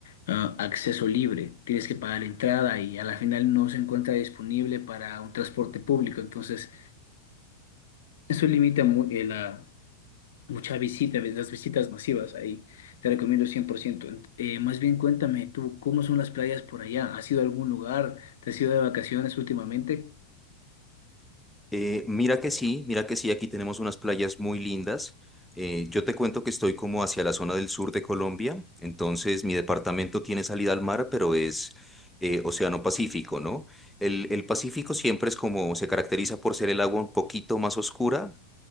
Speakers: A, on the left (about 60°); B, in the centre.
A: ah, acceso libre. Tienes que pagar entrada y a la final no se encuentra disponible para un transporte público. Entonces, eso limita mu- eh, la, mucha visita, las visitas masivas ahí. Te recomiendo 100%. Ent- eh, más bien cuéntame tú, ¿cómo son las playas por allá? ¿Has ido a algún lugar? ¿Te has ido de vacaciones últimamente?
B: Eh, mira que sí, mira que sí, aquí tenemos unas playas muy lindas. Eh, yo te cuento que estoy como hacia la zona del sur de Colombia, entonces mi departamento tiene salida al mar, pero es eh, Océano Pacífico, ¿no? El, el Pacífico siempre es como, se caracteriza por ser el agua un poquito más oscura,